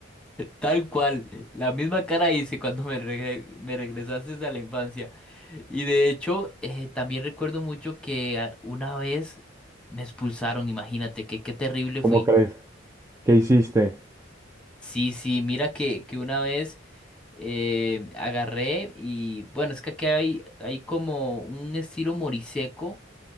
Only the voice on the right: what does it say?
¿Cómo
crees? ¿Qué hiciste?